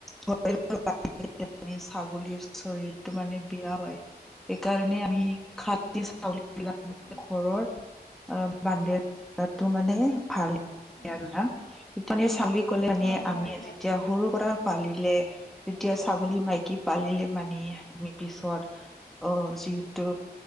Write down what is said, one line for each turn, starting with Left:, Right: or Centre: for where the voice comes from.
Centre: য়া মান ছাগলীৰ শৰীৰটো মানে বেয়া হয়। সেইকাৰণে আমি খাতি ছাগলীবিলাক।
Left: অ।
Centre: ঘৰত বান্দি ৰাখাটো মানে ভাল
Left: অ',
Centre: আৰু না। সিপেনে ছাগলী গলে এনে
Left: অ', হয়,
Centre: আমি আজি।
Left: হয়, হয়।
Centre: সৰু পৰা পালিলে যেতিয়া ছাগলী মাইকী পালিলে মানে আমি পিছত। অ, ' যিহেতু